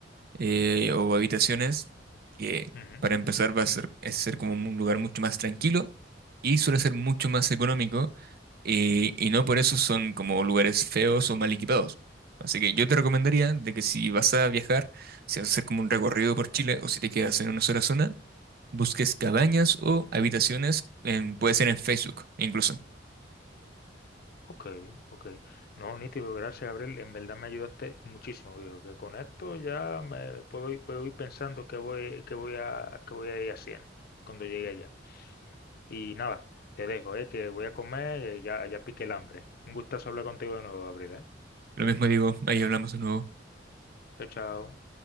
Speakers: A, on the right (about 55°); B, on the left (about 55°).
A: eh, o habitaciones, que
B: ujú,
A: para
B: ujú,
A: empezar va a ser, es ser como un lugar mucho más tranquilo y suele ser mucho más económico eh, y no por eso son como lugares feos o mal equipados. Así que yo te recomendaría de que si vas a viajar, si vas a hacer como un recorrido por Chile o si te quedas en una sola zona, busques cabañas o habitaciones, en- puede ser en Facebook incluso.
B: Ok, ok. No, nítido, gracias, Gabriel. En verdad me ayudaste muchísimo, viejo. Que con esto ya me puedo ir, puedo ir pensando qué voy, qué voy a, qué voy a ir haciendo cuando llegue allá. Y nada, te dejo, eh, que voy a comer, eh, ya, ya pique el hambre. Un gustazo hablar contigo de nuevo, Gabriel, eh.
A: Lo mismo digo, ahí hablamos de nuevo.
B: Chao, chao.